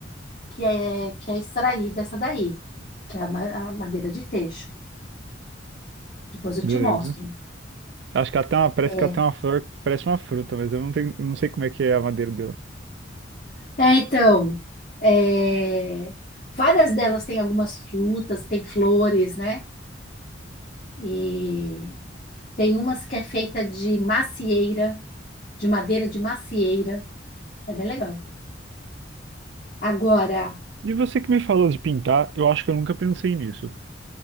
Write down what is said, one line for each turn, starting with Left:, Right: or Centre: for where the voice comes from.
Left: que é que é extraída essa daí, que é a ma- a madeira de teixo. Depois eu
Right: Beleza.
Left: te mostro.
Right: Acho que ela tem uma, parece
Left: É,
Right: que ela tem uma flor que parece uma fruta, mas eu não tenho, não sei como é que é a madeira dela.
Left: É, então, é, várias delas têm algumas frutas, tem flores, né? E tem umas que é feita de macieira, de madeira de macieira. É bem legal. Agora,
Right: E você que me falou de pintar, eu acho que eu nunca pensei nisso.